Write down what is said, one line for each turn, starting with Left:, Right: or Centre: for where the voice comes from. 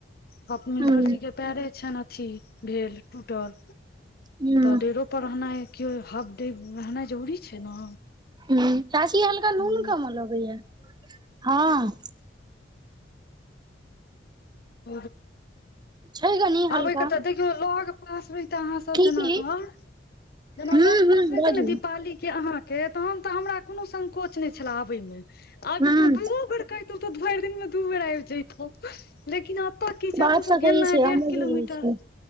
Left: भूपेंद्र
Right: हूँ
Left: जी के पयरे छनि अथी भेल टूटल
Right: हूँ
Left: तऽ डेरो पर रहनाइ केओ हफडेब रहनाइ जरूरी छै ने
Right: ह चाची हल्का
Left: ह
Right: नून कम लगैया हँ
Left: <unintelligible>
Right: छै कनी हल्का
Left: आबैके तऽ देखियौ लग पासमे त अहाँ सब
Right: की
Left: जेना
Right: की
Left: घर जेना
Right: हूँ
Left: लोग
Right: हूँ
Left: पास रहते
Right: बाजू
Left: ने दीपाली के आहाँ के तहन तऽ हमरा कोनो संकोच नहि छले आबे मे अब
Right: हूँ
Left: तो दुनु बेर कहितौ तो भर दिन मे दू बेर आब जतौ लेकिन आब ओतय की छै
Right: बात
Left: एतौ सब
Right: तऽ सही
Left: गेलना
Right: छै
Left: है
Right: हमहुँ
Left: डेढ़ किलोमीटर
Right: बुझै छियै